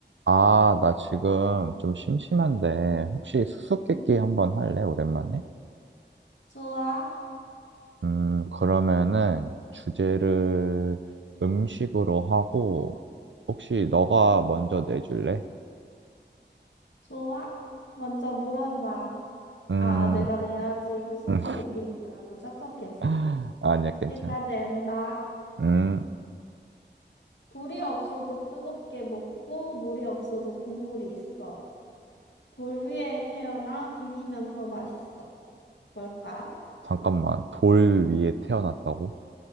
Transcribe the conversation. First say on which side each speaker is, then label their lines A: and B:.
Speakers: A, on the right; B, on the left.
A: 아, 나 지금 좀 심심한데, 혹시 수수께끼
B: 음,
A: 한번 할래, 오랜만에?
B: 좋아,
A: 음, 그러면은 주제를 음식으로 하고, 혹시 너가 먼저 내줄래?
B: 좋아. 먼저 물어봐.
A: 음,
B: 아, 아, 내가 내야지. 이거 스무고기인
A: 음.
B: 줄 알고 착각했어.
A: <laughs> 아니야, 괜찮아.
B: 일단 낸다.
A: 음,
B: 불이 없어도 뜨겁게 먹고, 물이 없어도 국물이 있어. 돌 위에 태어나 비비면 더 맛있어. 뭘까?
A: 잠깐만. 돌 위에 태어났다고?